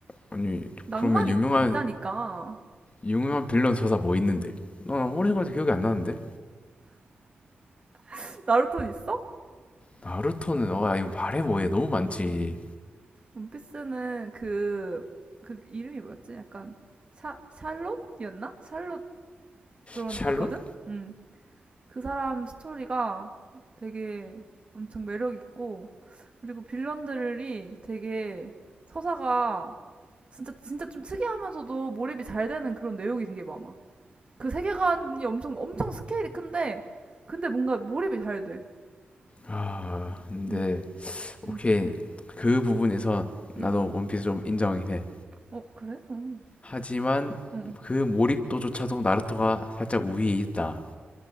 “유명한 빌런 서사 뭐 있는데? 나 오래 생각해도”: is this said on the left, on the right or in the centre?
Left